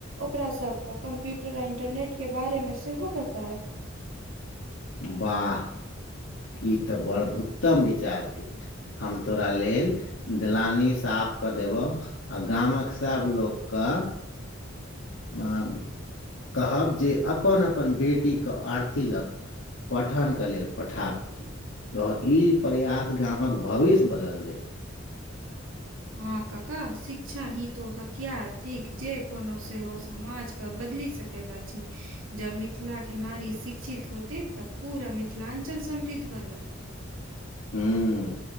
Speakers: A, on the right (about 85°); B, on the left (about 70°).
A: ओकरा सब कऽ कम्प्यूटर आ इन्टरनेटके बारेमे सेहो बतायब
B: वाह ई तऽ बड़ उत्तम विचार थिक हम तोरा लेल दलानी साफ कऽ देब आ गामक सभ लोक क आब कहब जे अपन अपन बेटी क आरती लग पठनके लेल पठाबथि तोहर ई प्रयास गामक भविष्य बदल देथि
A: हँ कका शिक्षा ही तो हथियार थिक जे कोनो सेहो समाज क बदलि सक तऽ अछि जँ मिथिला नारी शिक्षित होते तऽ पूरा मिथिलाञ्चल समृद्ध बनत
B: हूं